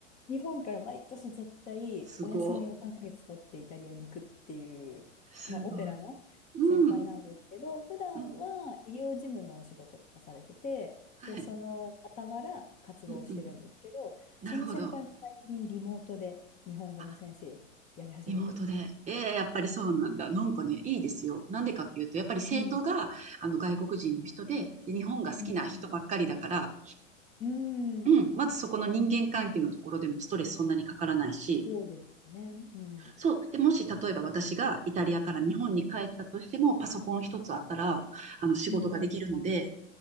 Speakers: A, on the left (about 20°); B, on the right (about 20°).
A: 日本から毎年絶対お休みを3ヶ月取ってイタリアに行くっていう、
B: <laughs> すごい。すごい。
A: まあ、オペラの先輩なんですけど、
B: うん、
A: 普段は医療事務のお仕事とかされてて、
B: うん。はい。
A: で、その傍ら活動してるんですけど、
B: うん、うん。なるほど。
A: その先輩も最近リモートで日本語の先生やり始めて。
B: あ、リモートで。ええ、やっぱりそうなんだ。なんかね、いいですよ。なんでかっていうと、やっぱり生徒があの外国人の人で、
A: うん、
B: で、日本が好きな人ばっかりだから、
A: うん、うん、うん
B: うん、まずそこの人間関係のところでもストレスそんなにかからないし、
A: そうですね。うん
B: そう。で、もし例えば私がイタリアから日本に帰ったとしても、パソコン一つあったら、あの仕事ができるので、
A: うんうん。